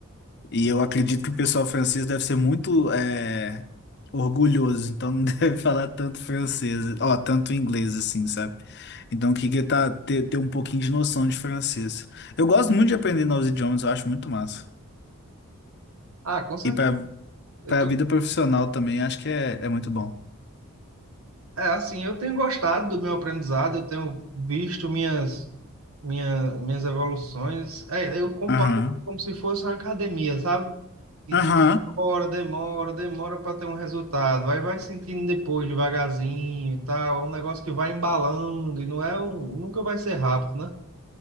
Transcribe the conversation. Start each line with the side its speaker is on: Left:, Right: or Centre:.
Left: E eu acredito que o pessoal francês deve ser muito eh, orgulhoso, então não <laughs> deve falar tanto francês, ó, tanto inglês assim, sabe? Então eu queria tá, ter, ter um pouquinho de noção de francês. Eu gosto muito de aprender novos idiomas, eu acho muito massa.
Right: Ah, com certeza.
Left: E para
Right: Eu
Left: para
Right: tô,
Left: a vida profissional também, acho que é, é muito bom.
Right: é assim, eu tenho gostado do meu aprendizado, eu tenho visto minhas minha, minhas evoluções. É, eu comparo
Left: Aham.
Right: como se fosse uma academia, sabe? Que
Left: Aham.
Right: se demora, demora, demora para ter um resultado. Aí vai sentindo depois, devagarzinho e tal. É um negócio que vai embalando e não é um, nunca vai ser rápido, né?